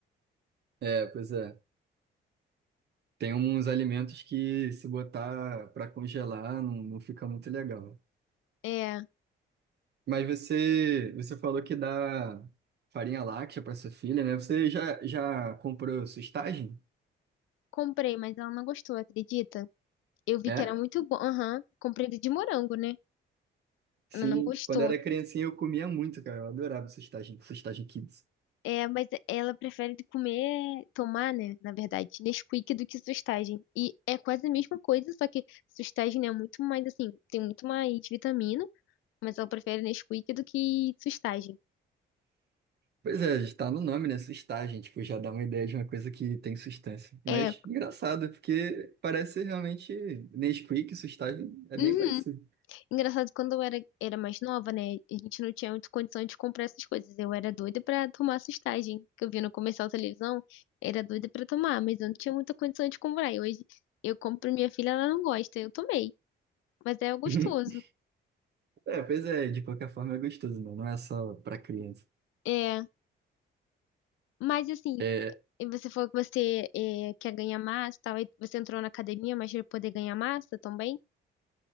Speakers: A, on the right; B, on the left.
A: É, pois é. Tem uns alimentos que se botar para congelar não, não fica muito legal.
B: É,
A: Mas você, você falou que dá farinha láctea para sua filha, né? Você já, já comprou sustagem?
B: comprei, mas ela não gostou, acredita? Eu vi
A: É?
B: que era muito bom. Aham, comprei de morango, né?
A: Sim.
B: Ela não gostou.
A: Quando era criancinha eu comia muito, cara. Eu adorava sustagem, sustagem kids.
B: É, mas ela prefere comer, tomar, né? Na verdade, Nesquik do que sustagem. E é quase a mesma coisa, só que sustagem é muito mais assim, tem muito mais vitamina, mas ela prefere Nesquik do que sustagem.
A: Pois é, está no nome, né? Sustagem, tipo, já dá uma ideia de uma coisa que tem sustância. Mas
B: É,
A: engraçado, porque parece realmente Nesquik, sustagem é
B: uhum.
A: bem parecido.
B: Engraçado, quando eu era, era mais nova, né? A gente não tinha muita condição de comprar essas coisas. Eu era doida pra tomar sustagem, que eu via no comercial televisão, era doida pra tomar, mas eu não tinha muita condição de comprar. E hoje eu compro pra minha filha, ela não gosta, eu tomei. Mas é gostoso.
A: <laughs> É, pois é, de qualquer forma é gostoso, né? Não é só pra criança.
B: É, mas assim,
A: É,
B: e você falou que você é, quer ganhar massa e tal, aí você entrou na academia, mas para poder ganhar massa também?